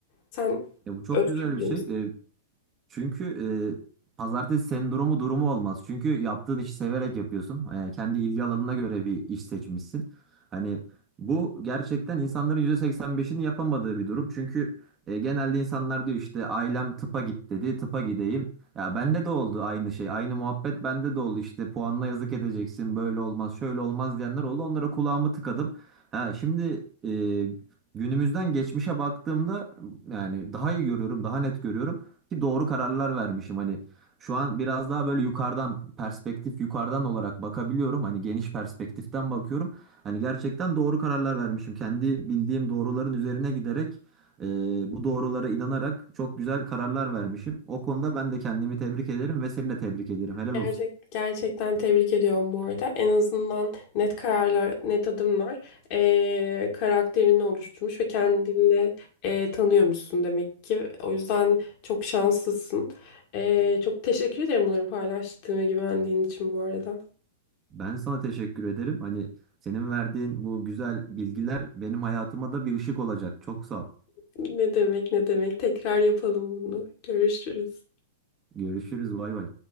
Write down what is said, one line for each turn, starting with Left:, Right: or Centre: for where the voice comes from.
Left: Sen
Right: E, bu çok
Left: özgür
Right: güzel
Left: biri
Right: bir şey.
Left: misin?
Right: E, Çünkü e, pazartesi sendromu durumu olmaz. Çünkü yaptığın işi severek yapıyorsun. E, kendi ilgi alanına göre bir iş seçmişsin. Hani bu gerçekten insanların yüzde seksen beşini yapamadığı bir durum. Çünkü e, genelde insanlar diyor işte ailem tıpa git dedi, tıpa gideyim. Ya bende de oldu aynı şey, aynı muhabbet bende de oldu. İşte puanla yazık edeceksin, böyle olmaz, şöyle olmaz diyenler oldu. Onlara kulağımı tıkadım. Ha, şimdi e, günümüzden geçmişe baktığımda yani daha iyi görüyorum, daha net görüyorum ki doğru kararlar vermişim hani şu an biraz daha böyle yukarıdan perspektif yukarıdan olarak bakabiliyorum hani geniş perspektiften bakıyorum hani gerçekten doğru kararlar vermişim kendi bildiğim doğruların üzerine giderek e, bu doğrulara inanarak çok güzel kararlar vermişim o konuda ben de kendimi tebrik ederim ve seni de tebrik ederim helal
Left: Gerçek,
Right: olsun
Left: gerçekten tebrik ediyorum bu arada. En azından net kararlar, net adımlar eee, karakterini oluşturmuş ve kendini eee, tanıyormuşsun demek ki. O yüzden çok şanslısın. Eee, çok teşekkür ederim bunları paylaştığın ve güvendiğin için bu arada.
Right: ben sana teşekkür ederim hani senin verdiğin bu güzel bilgiler benim hayatıma da bir ışık olacak çok sağ ol
Left: Ne demek ne demek. Tekrar yapalım bunu. Görüşürüz.
Right: görüşürüz bay bay